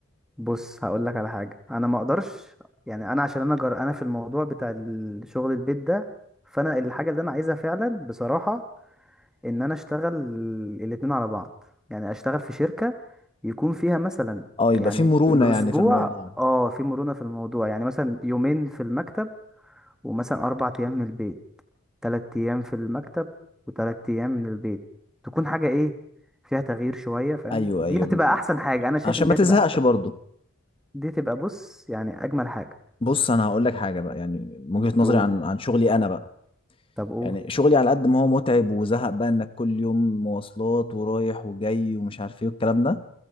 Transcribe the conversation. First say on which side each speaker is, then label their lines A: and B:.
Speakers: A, in the centre; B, on the left.
A: بص هقول لك على حاجه انا ما اقدرش يعني انا عشان انا جرأنا في الموضوع بتاع الشغل البيت ده فانا الحاجه اللي انا عايزها فعلا بصراحه ان انا اشتغل الاتنين على بعض يعني اشتغل في شركه يكون فيها مثلا
B: اه
A: يعني
B: يبقى في مرونة
A: في الاسبوع
B: يعني في الموضوع
A: اه في مرونه في الموضوع يعني مثلا يومين في المكتب ومثلا اربع ايام من البيت تلات ايام في المكتب وتلات ايام من البيت تكون حاجه ايه فيها تغيير شويه فاهم
B: ايوه
A: دي
B: ايوه
A: هتبقى احسن حاجه انا شايف
B: عشان
A: ان دي
B: ما
A: هتبقى
B: تزهقش
A: احسن
B: برضو
A: دي تبقى بص يعني اجمل حاجه
B: بص انا هقول لك حاجة بقى يعني من وجهة نظري
A: قول
B: عن عن شغلي انا بقى
A: طب قول
B: يعني شغلي على قد ما هو متعب وزهق بقى انك كل يوم مواصلات ورايح وجاي ومش عارف ايه والكلام ده